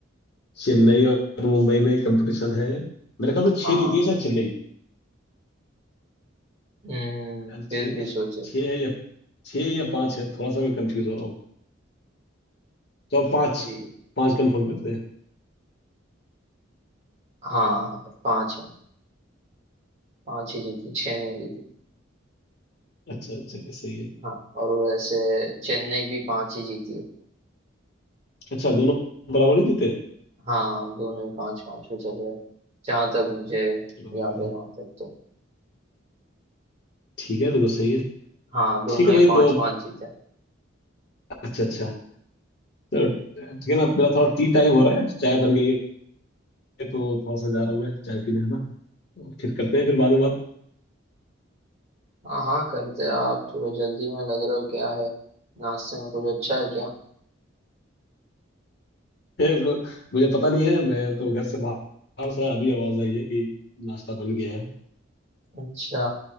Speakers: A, on the left; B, on the right.
A: चेन्नई और मुंबई में कंपटीशन है मेरे ख्याल से छह
B: हाँ
A: जीती है शायद चेन्नई
B: हम्म
A: यार
B: फिर
A: छह
B: भी सोचे
A: छह है या छह या पांच है थोड़ा सा मैं कंफ्यूज हो रहा हूँ तो पांच
B: भी
A: पांच कंफर्म करते हैं
B: हाँ पांच है पांच ही जीती छह नहीं जीती
A: अच्छा चलिए सही है
B: हाँ और वैसे चेन्नई भी पांच ही जीती है
A: अच्छा दोनों बराबर ही जीते
B: हाँ दोनों ही पांच पांच पे चल रहे हैं जहां तक मुझे
A: चलो भाई
B: याद
A: बढ़िया
B: है वहां तक तो
A: ठीक है फिर तो सही है
B: हाँ दोनों
A: ठीक है
B: ही
A: भाई
B: पांच
A: तो
B: पांच जीते हैं।
A: अच्छा अच्छा तो ठीक है ना मेरा थोड़ा टी टाइम हो रहा है चाय बन गई है तो थोड़ा सा जा रहा हूँ मैं चाय पीने है ना तो फिर करते हैं फिर बाद में बात
B: हाँ हाँ करते हैं। आप थोड़ा जल्दी में लग रहे हो क्या है नाश्ते में कुछ अच्छा है क्या
A: है वो- मुझे पता नहीं है मैं तो घर से बाहर से अभी आवाज आई है कि नाश्ता बन गया है
B: अच्छा